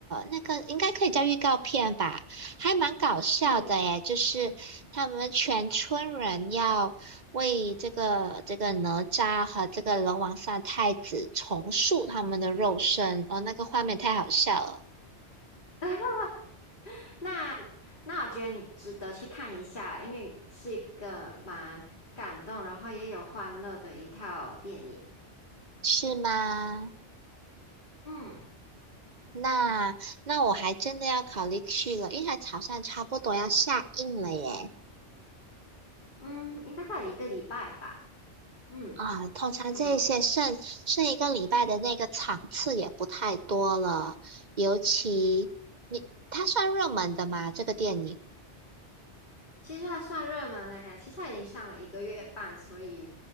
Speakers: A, on the right; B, on the left.
A: 那个应该可以叫预告片吧，还蛮搞笑的耶。
B: 嗯，
A: 就是他们全村人要为这个这个哪吒和这个龙王三太子重塑他们的肉身，哦，那个画面太好笑了，
B: <laughs> 那那我觉得你值得去看一下，因为是一个蛮感动，然后也有欢乐的一套电影。
A: 是吗？
B: 嗯
A: 那那我还真的要考虑去了，因为它好像差不多要下映了耶。
B: 嗯，应该还有一个礼拜吧。嗯，
A: 啊，通常这些剩剩一个礼拜的那个场次也不太多了，
B: 差不多。
A: 尤其你它算热门的吗？这个电影？
B: 其实还算热门嘞，其实它已经上了一个月半，所以